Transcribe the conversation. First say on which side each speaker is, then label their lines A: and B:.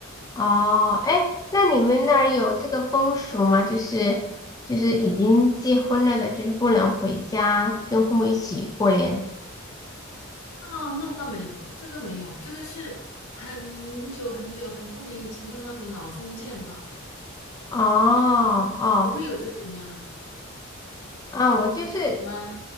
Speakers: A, on the left; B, on the left.
A: 哦，哎，那你们那儿有这个风俗吗？就是就是已经结婚了的，就是不能回家跟父母一起过年。
B: 啊，那倒没有，这个没有，这个是很久很久很多年以前的那种老封建吧，
A: 哦哦
B: 你不会有这种吗？
A: 啊，我就是
B: 你们有吗？